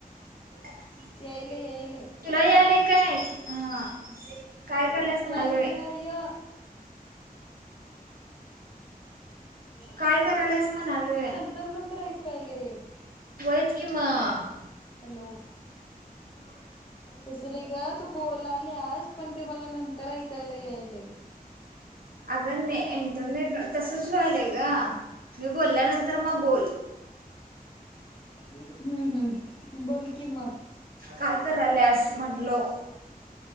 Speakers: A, on the right; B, on the left.
A: <inaudible>
B: यायलय यायलय
A: तुला यालय काय? ह काय कलंस
B: यायलय
A: म्हलोय?
B: य
A: काय करल्यास म्हणालोय?
B: तर नंतर ऐकूयले.
A: होय च कि मग
B: हॅलो! तस नाही ग तू बोलल्यास पण ते मला नंतर ऐकायला यायले.
A: आग ने इंटरनेट तसच व्हायल य ग मी बोलल्यानंतर मग बोल
B: हम्म हम्म बोलकी मग.
A: काय कराल्यास म्हंटलो.